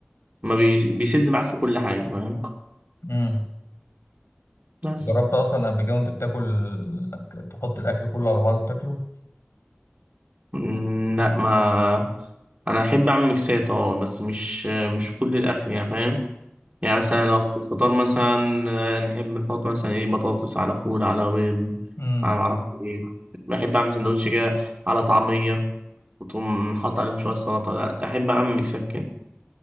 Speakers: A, on the right; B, on the left.
A: ما بي... بيسد معاك في كل حاجة فاهم
B: مم.
A: بس
B: جربت أصلا قبل كده وأنت بتاكل إنك تحط الأكل كله على بعضه وتاكله
A: مم، لا ما أنا أحب أعمل ميكسات أه بس مش مش كل الأكل يعني فاهم يعني مثلا لو في الفطار مثلا آه، نحب نحط مثلا إيه بطاطس على فول على بيض
B: مم.
A: على معرفش إيه بحب أعمل سندوتش كده على طعمية وتقوم حاطط عليهم شوية سلطة لا أحب أعمل ميكسات كده